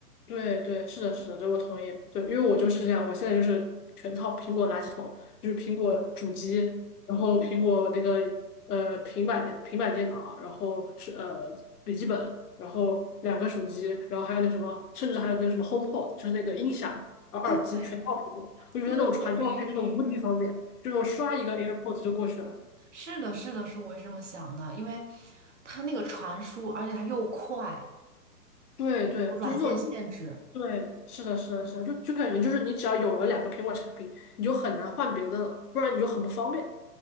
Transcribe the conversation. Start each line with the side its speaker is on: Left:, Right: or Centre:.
Left: 对对，是的，是的，对我同意。就因为我就是这样，我现在就是全套苹果垃圾桶，就是苹果主机，然后苹果那个呃平板的平板电脑啊，然后是呃笔记本，然后两个手机，然后还有那什么，甚至还有那个什么 HomePod，就是那个音响，然后耳机全套苹果。
Right: 对，
Left: 我觉得那种传照片真的无敌方便，
Right: 对，我现在也是。
Left: 就我刷一个 AirPods 就过去了。
Right: 是的，是的，是我也是这么想的，因为它那个传输，而且它又快，
Left: 对对，
Right: 有软件限制。
Left: 就是那种一，对，是的，是的，是的，就就感觉就是你只要有了两个苹果产品，你就很难换别的了，不然你就很不方便。